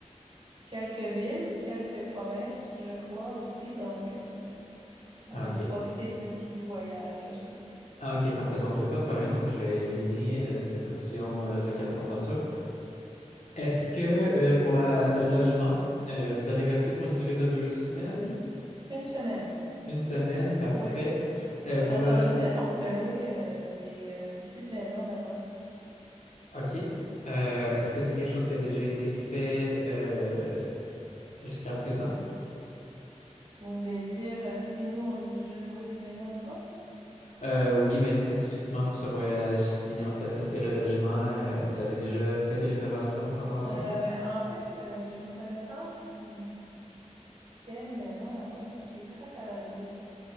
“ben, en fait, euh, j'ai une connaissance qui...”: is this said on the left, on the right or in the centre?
Right